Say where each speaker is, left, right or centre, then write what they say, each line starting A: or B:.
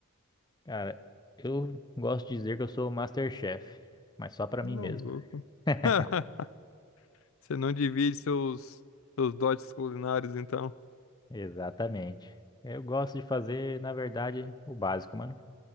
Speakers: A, on the left; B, on the left.
A: Cara, eu gosto de dizer que eu sou o MasterChef, mas só pra
B: Não,
A: mim mesmo.
B: louco.
A: <laughs>
B: <laughs> Você não divide seus, seus dotes culinários, então?
A: Exatamente. Eu gosto de fazer, na verdade, o básico, mano.